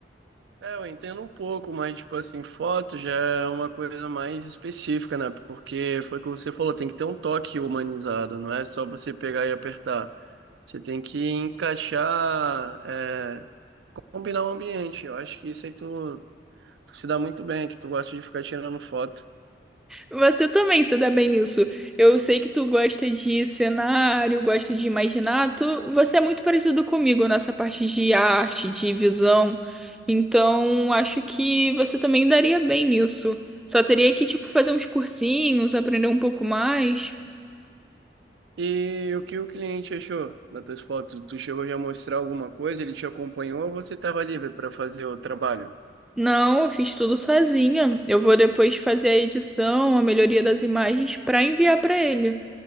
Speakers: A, on the right; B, in the centre.
A: É, eu entendo um pouco, mas, tipo assim, foto já é uma coisa mais específica, né? Porque foi o que você falou, tem que ter um toque humanizado, não é só você pegar e apertar. Você tem que encaixar, é, combinar o ambiente. Eu acho que isso aí tu, tu se dá muito bem, que tu gosta de ficar tirando foto.
B: Você também se dá bem nisso. Eu sei que tu gosta de cenário, gosta de imaginar. Tu, você é muito parecido comigo nessa parte de arte, de visão. Então, acho que você também daria bem nisso. Só teria que, tipo, fazer uns cursinhos, aprender um pouco mais.
A: E o que o cliente achou das tuas fotos? Tu chegou já a mostrar alguma coisa? Ele te acompanhou ou você estava livre para fazer o trabalho?
B: Não, eu fiz tudo sozinha. Eu vou depois fazer a edição, a melhoria das imagens para enviar para ele.